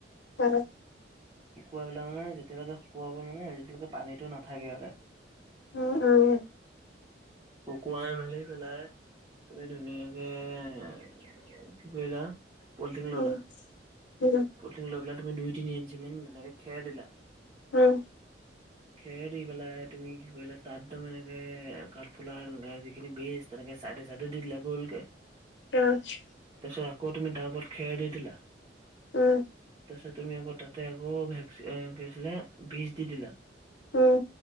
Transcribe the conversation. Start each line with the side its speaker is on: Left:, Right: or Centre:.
Left: হয়।
Right: শুকুৱাই মানে যেতিয়া লেকে শুকুৱাব পৰা মানে তিয়ালৈকে পানীটো নাথাকে ইয়াতে।
Left: উম উম।
Right: শুকোৱাই মেলি পেলাই, তুমি ধুনীয়াকে এ কি কৰিলা পলথিং
Left: উম,
Right: ললা।
Left: উম,
Right: পলথিং লৈ পেলাই তুমি দুই- তিনি ইঞ্চি মান তেনেকে খেৰ দিলা।
Left: উম।
Right: খেৰ দি পেলাই তুমি কি কৰিলা তাত তুমি এনেকে কাঠফুলাৰ লগাই দি পেলাই বেষ্ট তেনেকে চাইতে চাইতে দি দিলা গো'লকে।
Left: আচ্ছা
Right: তাৰ পিছত আকৌ তুমি তাৰ ওপৰত খেৰ দি দিলা।
Left: উম
Right: তাৰপিছত তুমি আকৌ তাতে আকৌ ভেকচিন কি হৈছিলে বীজ দি দিলা।
Left: উম।